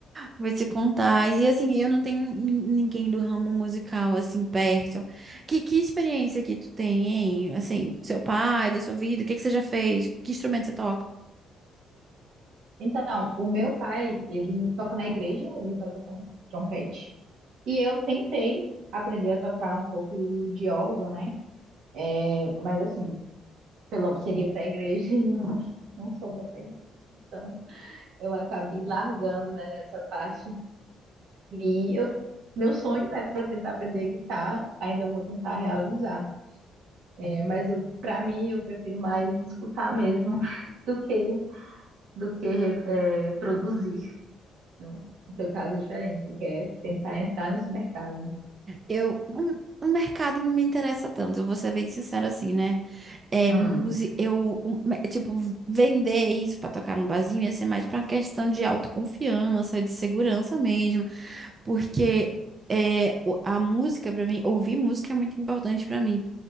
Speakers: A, on the right; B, on the right.
A: Vou te contar. E assim, eu não tenho nin- ninguém do ramo musical assim perto. Que, que experiência que tu tem, hein? Assim, do seu pai, da sua vida, o que que você já fez? Que instrumento você toca?
B: Então, o meu pai, ele toca na igreja, ele toca trom- trompete. E eu tentei aprender a tocar um pouco de órgão, né? É, Mas assim, pelo menos seria para a igreja <laughs> e eu não, não sou da igreja. Então, eu acabei largando, né, nessa parte. E eu, meu sonho era tentar aprender guitarra, ainda vou tentar realizar. É, mas para mim, eu prefiro mais escutar mesmo <laughs> do que, do que é, produzir, né? No teu caso é diferente, tu quer tentar entrar nesse mercado, né?
A: Eu, um- o mercado não me interessa tanto, eu vou ser bem sincera assim, né? É,
B: Hum.
A: música, eu, um, me- tipo, vender isso pra tocar num barzinho ia ser mais pra uma questão de autoconfiança, de segurança mesmo. Porque é, o- a música pra mim, ouvir música é muito importante pra mim.